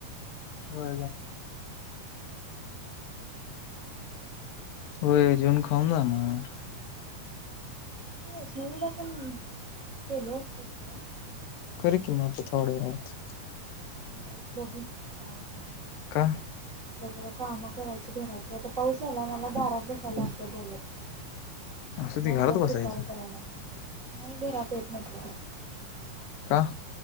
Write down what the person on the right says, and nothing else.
वैष्णवीला पण केलो असत फोन
बघू
नाही बघू कात
काम करायची घरातलीता पाऊस आला मला बारात बसायला लागत बोलत.
न
उद्याच
दधिकार करायला नाही बे राते इत मिट